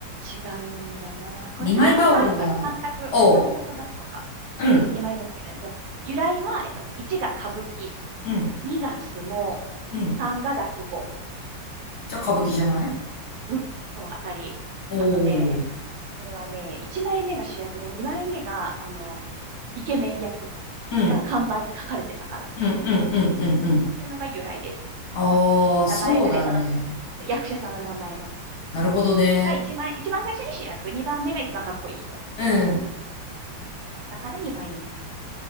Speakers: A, on the right (about 75°); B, on the left (about 60°).
A: 違うんだな。これ3択あるから、
B: 二枚羽織は、
A: 3択、
B: おう。
A: 3択だとか。
B: うん。
A: えっと、2枚目って、えっと、由来は、えっと、1が歌舞伎、
B: うん。
A: 2が相撲、
B: うん。
A: 3が落語、
B: じゃあ歌舞伎じゃない
A: うん、そう、当たり。
B: おおー。
A: あのね、これはね、1枚目が主役で2枚目が、あの、イケメン役
B: うん。
A: が看板に書かれてたからなの。
B: うん。
A: っ
B: うん。うん。うん。うん。
A: ていうのが由来です。
B: ああ、
A: 名前がね、
B: そうだね。
A: その、役者さんの名前の、うん順番が一番、
B: なるほどね。
A: 一番最初に主役、2番目が一番かっこいい人っていう。
B: うん。
A: そうだから2枚目っていう。